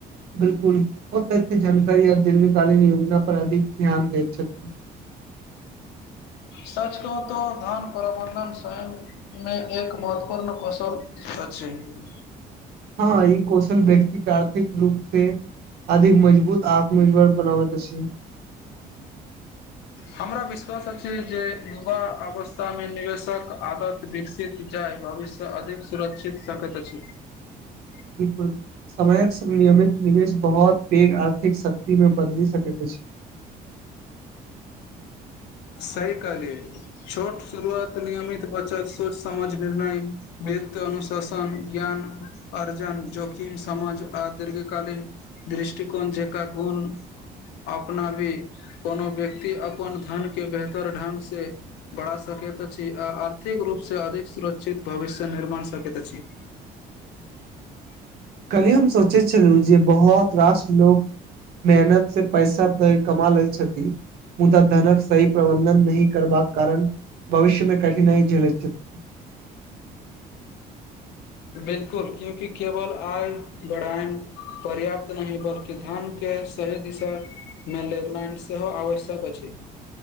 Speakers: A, on the right; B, on the left.
A: बिल्कुल ओ तै एते जानकारी आर दीर्घकालीन योजना पर अधिक। <unintelligible> ध्यान दै छथिन। <unintelligible>
B: सच कहु तो धन प्रबंधन स्वयं मे एक महत्वपूर्ण कौशल अछि। <unintelligible>
A: हां ई कौशल व्यक्ति के आर्थिक रूप से अधिक मजबूत आत्मनिर्भर बनाबैत अछि। <unintelligible>
B: हमरा विश्वास अछि जे युवा अवस्थामे निवेशक आदत विकसित जाय भविष्य अधिक सुरक्षित सकैत अछि। <unintelligible>
A: बिल्कुल समयक संग नियमित निवेश बहुत पैघ आर्थिक शक्ति मे बदलि सकैत अछि। <unintelligible>
B: सही कहलियै छोट शुरुआत नियमित बचत सोच समझ निर्णय वित्त अनुशासन ज्ञान अर्जन जोखिम समाज आ दीर्घकालीन दृष्टिकोण जैका गुण अपनाबी कोनो व्यक्ति अपन। धनके बेहतर ढंग से बढ़ा सकैत अछि आ आर्थिक रूप से अधिक सुरक्षित भविष्य निर्माण सकैत अछि। <unintelligible>
A: कल्हि हम सोचै छलहुँ जे बहोत रास लोक। <unintelligible> <unintelligible> मेहनत से पैसा तै कमा लै। छथि मुदा धनक सही प्रबन्धन नहि करबाक कारण भविष्यमे कठिनाइ झेलैत छथि। <unintelligible>
B: बिल्कुल क्यूकि केवल आय बढ़ाएन पर्याप्त नहि बल्कि धन के सही दिशामे <unintelligible> सेहो आवश्यक अछि।